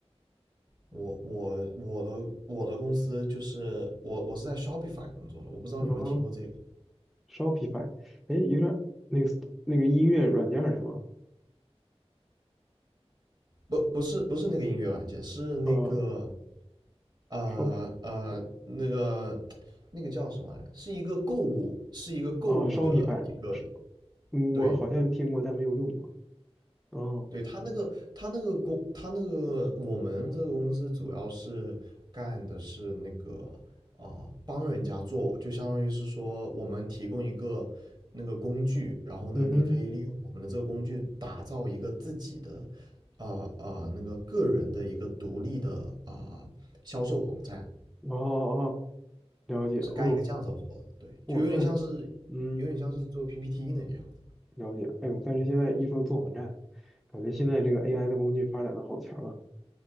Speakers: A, on the right; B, in the centre.
A: 我我我的我的公司就是我我是在 Shopify 工作的，我不知道你有没有听过这个，
B: 然后 Shopify，哎，有点儿那个那个音乐软件儿是吗？
A: 不不是不是那个音乐软件，是那个
B: 啊
A: 啊呃那个
B: ，Shop
A: 那个叫什么来，是一个购物是一个购物的一个
B: 啊，Shopify，是我好像听过，
A: 对。
B: 但没有用过。哦，
A: 对，他那个，他那个公，他那个我们这个公司主要是干的是那个啊、呃帮人家做，就相当于是说我们提供一个那个工具，然后呢，
B: 嗯哼，
A: 你可以利用我们的这个工具打造一个自己的啊啊、呃呃那个个人的一个独立的啊、呃销售网站，
B: 哦哦，哦了解。
A: 是干一个这样子的活的，
B: 哦，
A: 对，
B: 哇，
A: 就有点像是有点像是做
B: 但是，嗯。
A: PPT 那个样子，
B: 了解，哎呦，但是现在一说做网站，感觉现在这个 AI 的工具发展的好强啊！